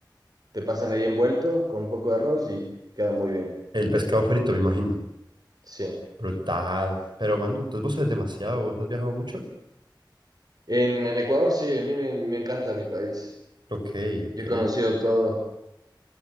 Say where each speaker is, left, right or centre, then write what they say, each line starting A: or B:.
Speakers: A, on the right; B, on the right.
A: te pasan ahí envuelto con un poco de arroz y queda muy bien.
B: el pescado frito, me imagino.
A: Sí.
B: Brutal. Pero, mano, entonces vos sabes demasiado, vos has viajado mucho.
A: En, en Ecuador, sí, a mí me, me encanta mi país.
B: Ok, ok.
A: Yo he conocido todo. <laughs>